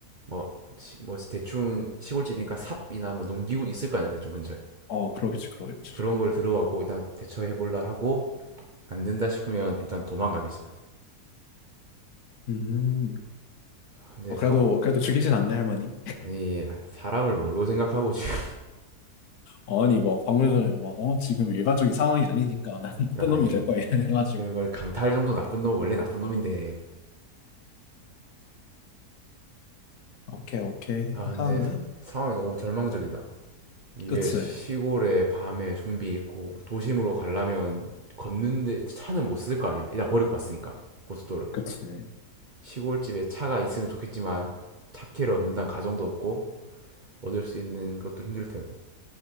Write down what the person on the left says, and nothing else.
어, 그러겠지, 그러겠지.
음.
어, 그래도,
그래도 죽이진 않네, 할머니.
아니, 뭐, 방금 전에 막, 어, 지금 일반적인 상황이 아니니까, <laughs>
나쁜 놈이
될 거야, 이래가지고.
오케이, 오케이.
괜찮은데?
그치.
그치.